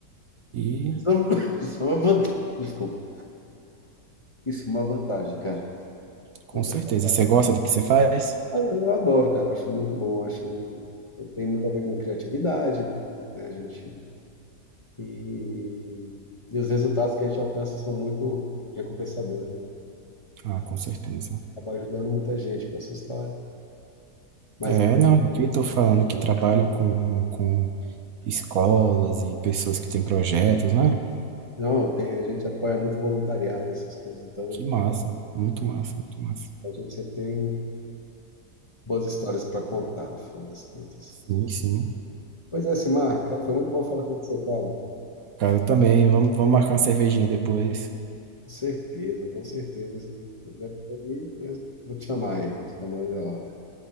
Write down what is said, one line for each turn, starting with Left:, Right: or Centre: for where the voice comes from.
Right: E
Left: Isso é uma <laughs> isso é uma vantagem. Desculpa. Isso é uma vantagem, cara.
Right: com
Left: Isso
Right: certeza,
Left: é uma vantagem.
Right: você gosta do que você faz?
Left: Ah, Eu adoro, cara. Acho muito bom. Acho que tem muito a ver com criatividade, né, gente? E, e os resultados que a gente alcança são muito recompensadores, né?
Right: Ah, com certeza.
Left: Acaba ajudando muita gente com essa história. Mas
Right: É, não, eu que tô falando que trabalham com, com escolas e pessoas que têm projetos, né?
Left: não, tem, a gente apoia muito voluntariado, essas coisas. Então,
Right: Que massa, muito massa, muito massa.
Left: a gente sempre tem boas histórias para contar, no final das contas.
Right: Sim, sim.
Left: Pois é, Simar, cara, foi muito bom falar com você, cara. Com
Right: Cara, eu também. Vamos, vamos marcar uma cervejinha depois.
Left: certeza, com certeza. Quando tiver por aí, eu vou te chamar aí, a gente toma uma gelada.